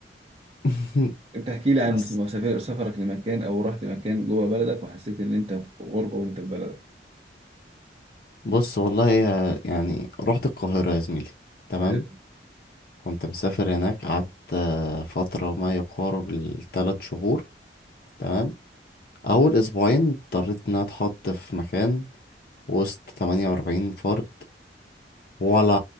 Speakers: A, on the left; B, on the right.
A: <laughs>
B: انت احكي لي عن
A: بس
B: سف- سفر سفرك لمكان او رحت مكان جوه بلدك وحسيت ان انت في غربة وانت في بلدك
A: بص والله يا- يعني رحت القاهرة يا زميلي تمام
B: حلو
A: كنت مسافر هناك قعدت آه، فترة ما يقارب الثلاث شهور تمام أول أسبوعين اضطريت إن أنا أتحط في مكان وسط 48 فرد ولا